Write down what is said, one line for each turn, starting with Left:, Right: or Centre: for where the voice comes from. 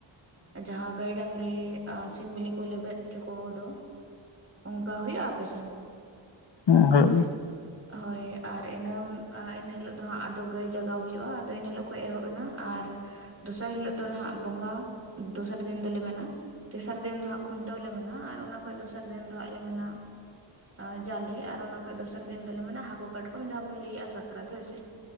Right: ᱡᱟᱦᱟᱸ ᱜᱟᱹᱭ ᱰᱟᱝᱨᱤ ᱟᱨ ᱥᱤᱢ ᱵᱤᱞᱤ ᱠᱚ ᱞᱮᱵᱮᱫ ᱦᱚᱪᱚ ᱠᱚ ᱫᱚ ᱚᱱᱠᱟ ᱦᱩᱭᱩᱜ-ᱟ ᱟᱯᱮ ᱥᱮᱱ?
Left: ᱦᱩᱸ ᱦᱩᱭᱩᱜ ᱜᱮ
Right: ᱦᱳᱭ ᱟᱨ ᱤᱱᱟᱹ ᱮᱱ ᱦᱤᱞᱳᱜ ᱫᱚ ᱦᱟᱸᱜ ᱟᱫᱚ ᱜᱟᱹᱭ ᱡᱟᱜᱟᱣ ᱦᱩᱭᱩᱜ-ᱟ ᱟᱫᱚ ᱤᱱ ᱦᱤᱞᱳᱜ ᱠᱷᱚᱱ ᱮᱦᱚᱵ ᱮᱱᱟ ᱟᱨ ᱫᱚᱥᱟᱨ ᱦᱤᱞᱳᱜ ᱫᱚ ᱱᱟᱦᱟᱸᱜ ᱵᱚᱸᱜᱟ ᱫᱚᱥᱟᱨ ᱫᱤᱱ ᱫᱚᱞᱮ ᱢᱮᱱᱟ ᱛᱮᱥᱟᱨ ᱫᱤᱱ ᱫᱚ ᱦᱟᱸᱜ ᱠᱷᱩᱱᱴᱟᱹᱣ ᱞᱮ ᱢᱮᱱᱟ ᱟᱨ ᱚᱱᱟ ᱠᱷᱚᱡ ᱫᱚᱥᱟᱨ ᱫᱤᱱ ᱫᱚ ᱦᱟᱸᱜ ᱞᱮ ᱢᱮᱱᱟ ᱟᱨ ᱡᱟᱞᱮ ᱟᱨ ᱚᱱᱟ ᱠᱷᱚᱡ ᱫᱚᱥ ᱛᱟᱠ ᱫᱤᱱ ᱫᱚᱞᱮ ᱢᱮᱱᱟ ᱦᱟᱹᱠᱩ ᱠᱟᱴᱠᱚᱢ ᱡᱟᱦᱟᱸ ᱵᱚᱱ ᱞᱟᱹᱭᱟ ᱥᱟᱠᱨᱟᱛ ᱦᱳᱭ ᱥᱮ